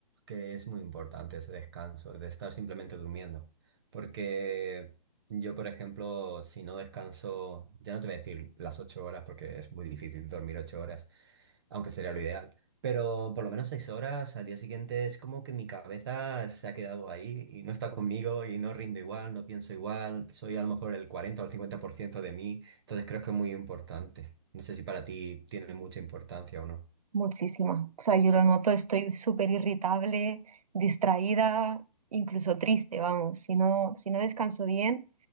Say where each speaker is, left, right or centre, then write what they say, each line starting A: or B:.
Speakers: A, on the right; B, on the right.
A: que es muy importante ese descanso, de estar simplemente durmiendo, porque yo, por ejemplo, si no descanso, ya no te voy a decir las ocho horas, porque es muy difícil dormir ocho horas, aunque sería lo ideal, pero por lo menos seis horas al día siguiente es como que mi cabeza se ha quedado ahí y no está conmigo y no rindo igual, no pienso igual, soy a lo mejor el 40 o el 50% de mí, entonces creo que es muy importante. No sé si para ti tiene mucha importancia o no.
B: muchísimo. O sea, yo lo noto, estoy súper irritable, distraída, incluso triste, vamos. Si no, si no descanso bien,